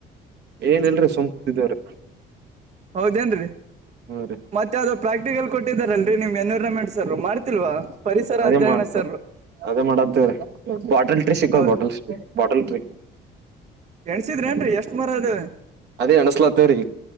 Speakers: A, on the right; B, on the right.
A: ಏನ್ಲ್ರೀ ಸುಂಕತಿದವ್ರ
B: ಹೌದೇನ್ರೀ
A: ರೀ
B: ಮತ್ತೆ ಅದ ಪ್ರಾಕ್ಟಿಕಲ್ ಕೊಟ್ಟಿದಾರಲ್ ನಿಮ್ ಎನ್ವೈರಮೆಂಟ್ಸ್ರು ಮಾಡ್ತಿಲ್ವಾ ಪರಿಸರ
A: ಅದೇ
B: ಅಧ್ಯಯನ
A: ಮಾಡತ
B: ಸರ್
A: ಅದೇ ಮಾಡತ್ ಬಾಟಲ್ ಟ್ರಿ ಸಿಕ್ಕದು
B: ಹೌದ್
A: ಬಾಟಲ್್ರ ಬಾಟಲ್ ಟ್ರಿ
B: ಎಣ್ಸಿದ್ರೇನ್ರಿ ಎಷ್ಟ್ ಮರ ಅದಾವೆ
A: ಅದೇ ಅಣಸ್ಲಾತವ್ರೀ